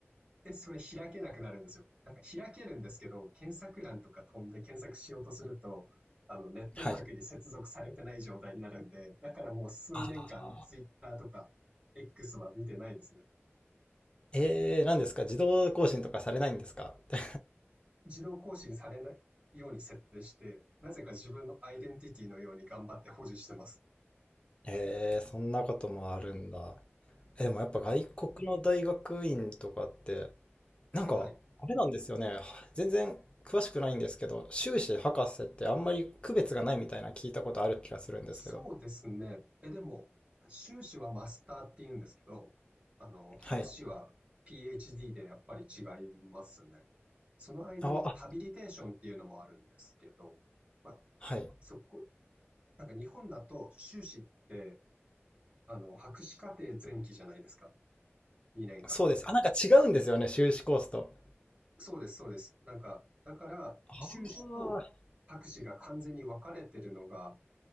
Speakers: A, on the right; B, on the left.
A: で、それ開けなくなるんですよ。なんか開けるんですけど、検索欄とか飛んで検索しようとすると、あの、ネットワークに接続されてない状態になるんで、
B: はい。
A: だからもう数年間、
B: あ
A: ツイッターとか X は見てないですね。
B: ーえー、何ですか自動更新とかされないんですかって。
A: 自動更新されないように設定して、なぜか自分のアイデンティティのように頑張って保持してます。
B: <laughs> えー、そんなこともあるんだ。え、でもやっぱ外国の大学院とかって、
A: なんか、
B: なんか、
A: はいはい。
B: あれなんですよね。全然詳しくないんですけど、修士博士ってあんまり区別がないみたいな聞いたことある気がするんですけど。
A: そうですね。え、でも、修士はマスターって言うんですけど、あの、博士は
B: はい。
A: PhD でやっぱり違いますね。その間にハビリテーションっていうのもあるんですけど、
B: あ、あ
A: まあ、
B: はい。
A: そこ、なんか日本だと修士って、あの、博士課程前期じゃないですか。2年間が。
B: そうです。あ、なんか違うんですよね、修士コースと。
A: そうです、そうです。なんか、だから、
B: ああ
A: 修士と博士が完全に分かれてるのが、